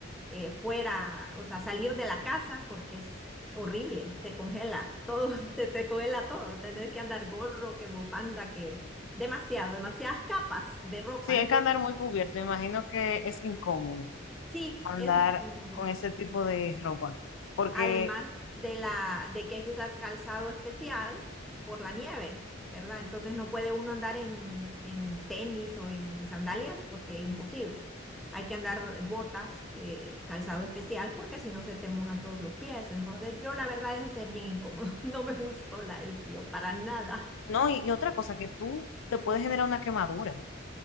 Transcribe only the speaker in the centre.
eh, fuera, o sea, salir de la casa porque es horrible, se congela todo, <laughs> te, te congela todo. Tener que andar gorro, que bufanda, que demasiado, demasiadas capas de ropa.
Entonces,
sí,
es incómodo.
además de la, de que hay que usar calzado especial por la nieve, ¿verdad? Entonces no puede uno andar en, en tenis o en sandalias porque imposible. Hay que andar botas, eh, calzado especial, porque si no se te mojan todos los pies. Entonces yo la verdad eso sí es bien incómodo. <laughs> No me gustó la, el frío para nada.